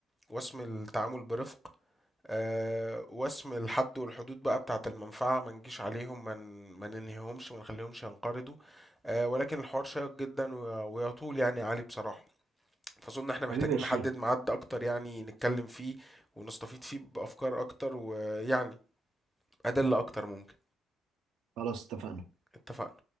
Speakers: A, in the centre; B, on the right.
A: وسم التعامل برفق آه، وسم الحد والحدود بقى بتاعة المنفعة ما نجيش عليهم ما ن- ما ننهيهمش ما نخليهمش ينقرضوا آه، ولكن الحوار شيق جدا و- ويطول يعني علي بصراحة فأظن احنا محتاجين
B: حبيبي يا شريف
A: نحدد ميعاد أكتر يعني نتكلم فيه ونستفيد فيه بأفكار أكتر ويعني أدلة أكتر ممكن
B: خلاص اتفقنا
A: اتفقنا